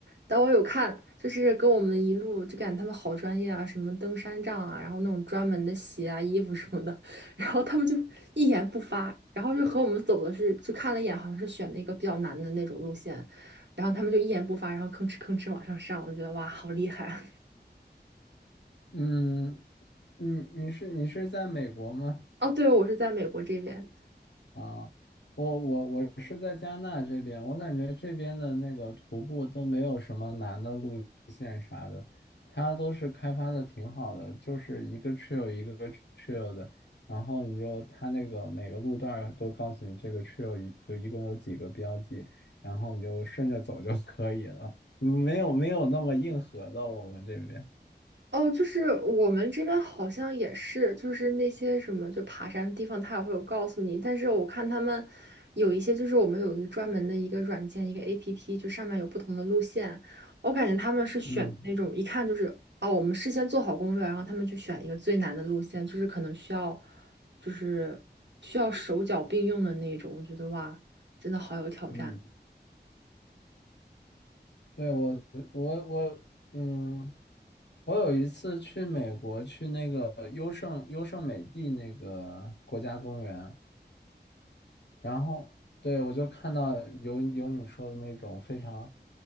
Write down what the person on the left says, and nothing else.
嗯，你你是你是在美国吗？
啊，我我我是在加纳这边，我感觉这边的那个徒步都没有什么难的路线啥的，它都是开发的挺好的，就是一个 trail 一个 trail 的，然后你就它那个每个路段儿都告诉你这个 trail 一有一共有几个标记，然后你就顺着走就可以了，嗯没有没有那么硬核的我们这边。
嗯
嗯，对，我我我，嗯，我有一次去美国，去那个优胜优胜美地那个国家公园，然后对我就看到有有你说的那种非常，